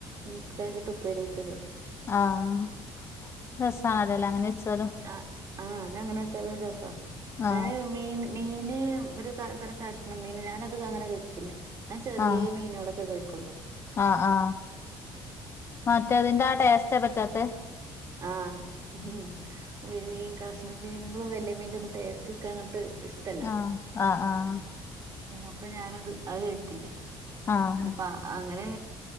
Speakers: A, on the right; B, on the left.
A: മിക്സ് ആക്കിയിട്ട് ഉപ്പേരിിച്ചത്
B: ആഹ രസണല്ലല്ലോ അങ്ങനെ വെച്ചാലും
A: ആഹ് ആഹ് അതങ്ങനെ വച്ചല്ല ദസ
B: ആ
A: എ മീൻ മീ പിന്നെ ഒരു ത കഷ്ണം മീന ഞാനത് അങ്ങനെ കിട്ടില്ല ഞൻ ചെറിയ
B: ആ
A: മീനുകളൊക്കെ കഴിക്കൊുള്ളൂ
B: ആ ആ മറ്റേതിന്റെ ആ ടേസ്റ്റേ പറ്റാത്ത
A: ആഹ് ഉം ഒരു കഷ്ണ മീനങ്ങളും വലിയ മീൻ ഒും ടേസ്റ്റ്ക്കെ അങ്ങട്ട് ഇഷ്ടല്ല
B: ആ ആഹ് ആഹ്
A: അപ്പൊ ഞാനത് അത് കഴിക്കില്ല
B: ആഹ്
A: അപ്പ അങ്ങനെ